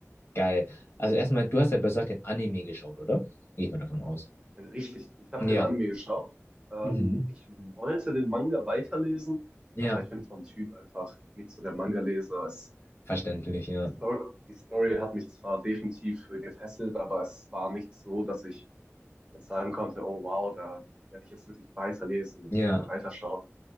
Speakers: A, on the left; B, on the right.
A: Geil. Also erstmal, du hast ja Berserk den Anime geschaut, oder? Gehe ich mal davon aus.
B: Richtig, ich habe
A: Ja.
B: den Anime geschaut. Ähm,
A: Mhm.
B: ich wollte den Manga weiterlesen,
A: Ja.
B: aber ich bin vom Typ einfach nicht so der Manga-Leser. Es-
A: Verständlich,
B: Die
A: ja.
B: Story, die Story hat mich zwar definitiv äh, gefesselt, aber es war nicht so, dass ich jetzt sagen konnte, oh wow, da werde ich jetzt wirklich weiterlesen und
A: Ja.
B: äh, weiterschauen.